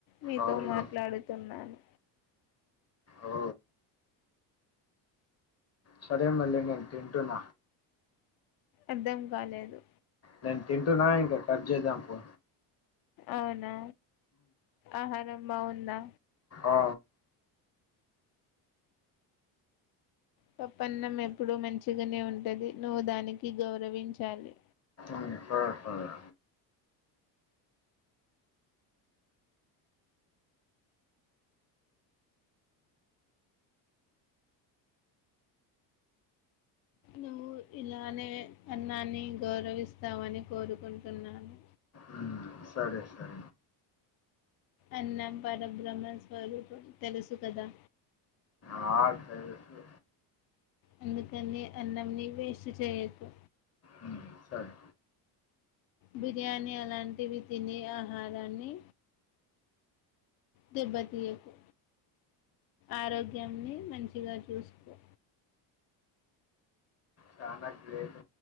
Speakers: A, on the left; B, on the left.
A: మీతో
B: అవునా
A: మాట్లాడుతున్నాను
B: ఓ సరే మళ్ళీ నేను తింటున్న
A: అర్ధం కాలేదు
B: నేను తింటున్నా ఇంకా కట్ చేద్దాం పో
A: అవునా ఆహారం బాగుందా
B: ఆ,
A: పప్పన్నం ఎప్పుడూ మంచిగానే ఉంటది నువ్వు దానికి గౌరవించాలి
B: మ్మ్, సరే సరే
A: నువ్వు ఇలానే అన్నాన్ని గౌరవిస్తావని కోరుకుంటున్నాను
B: మ్మ్, సరే సరే
A: అన్నం పరబ్రహ్మ స్వరూపుడు తెలుసు కదా
B: నాకు తెలుసు
A: అందుకనే అన్నంని వేస్ట్ చేయకు
B: మ్మ్, సరే
A: బిర్యానీ అలాంటివి తిని ఆహారాన్ని దెబ్బతీయకు ఆరోగ్యాన్ని మంచిగా చూసుకో
B: చానా గ్రేట్